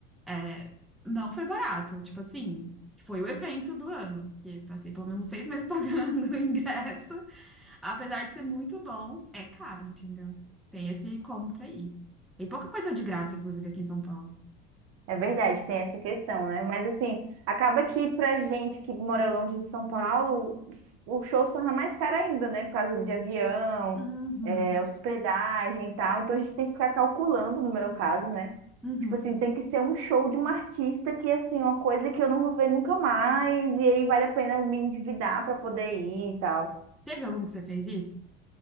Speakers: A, in the centre; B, on the right (about 55°).
A: É, não foi barato, tipo assim, foi o evento do ano, que passei pelo menos uns seis meses <laughs> pagando o ingresso. Apesar de ser muito bom, é caro, entendeu? Tem esse contra aí. Tem pouca coisa de graça, inclusive, aqui em São Paulo.
B: É verdade, tem essa questão, né? Mas assim, acaba que pra gente que mora longe de São Paulo, o show se torna mais caro ainda, né? Por causa de avião,
A: Uhum,
B: é, hospedagem e tal. Então a gente tem que ficar calculando, no meu caso, né?
A: uhum.
B: Tipo assim, tem que ser um show de um artista que, assim, uma coisa que eu não vou ver nunca mais, e aí vale a pena eu me endividar pra poder ir e tal.
A: Teve algum que você fez isso?